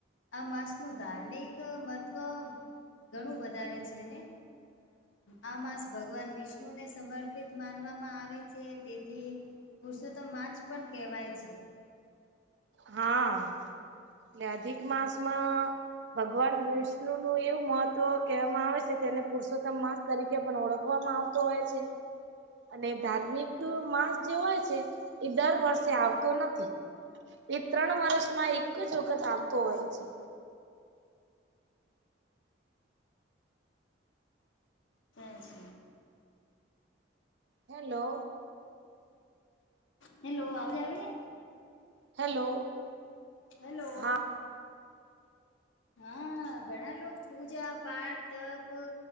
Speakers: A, on the left (about 80°); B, on the right (about 65°).
A: આ માસનું ધાર્મિક મહત્ત્વ ઘણું વધારે છે ને આ માસ ભગવાન વિષ્ણુને સમર્પિત માનવામાં આવે છે તેથી પુરષોત્ માછ પણ કહેવાય છે
B: હા એટલે અધિક માસમાં ભગવાન વિષ્ણુ નું એવું મહત્વ કહેવામાં આવે છે કે તેને પુરુષોત્તમ માસ તરીકે પણ ઓળખવામાં આવતો હોય છે અને ધાર્મિક માસ જે હોય છે એ દર વર્ષે આવતો નથી એ ત્રણ વર્ષમાં એક જ વખત આવતો હોય છે
A: જય જલે
B: હેલો
A: હે લો આવજવે કે
B: હેલો
A: હેલો
B: હા
A: હા ઘણા લોકો પૂજા પાઠપ